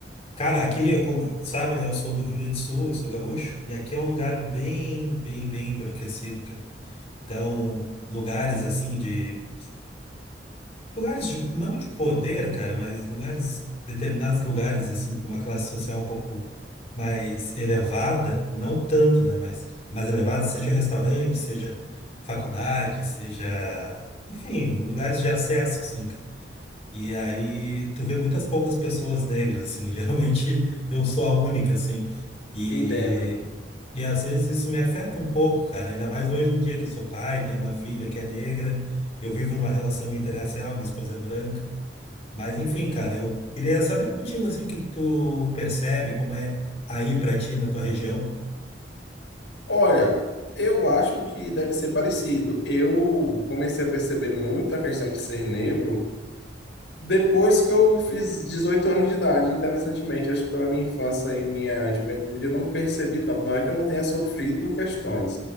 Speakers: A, on the left (about 35°); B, on the left (about 85°).
A: Cara, aqui, eu como sabe, né? Eu sou do Rio Grande do Sul, eu sou gaúcho, e aqui é um lugar bem, bem, bem embranquecido, cara. Então, lugares assim de. Lugares de, não de poder, cara, mas lugares, determinados lugares, assim, com uma classe social um pouco mais elevada, não tanto, né? Mas mais elevada, seja restaurante, seja faculdade, seja. Enfim, lugares de acesso, assim, cara. E aí tu vê muitas poucas pessoas negras, assim, <laughs> geralmente eu sou a única, assim, e,
B: Entendo.
A: e às vezes isso me afeta um pouco, cara, ainda mais hoje no dia que eu sou pai, tenho uma filha que é negra, eu vivo numa relação interracial, minha esposa é branca, mas enfim, cara, eu queria saber contigo, assim, o que que tu percebe, como é aí pra ti, na tua região.
B: Olha, eu acho que deve ser parecido. Eu comecei a perceber muito a questão de ser negro depois que eu fiz 18 anos de idade, interessantemente. Acho que pela minha infância e minha juventude eu não percebi tanto. Não é que eu não tenha sofrido questões,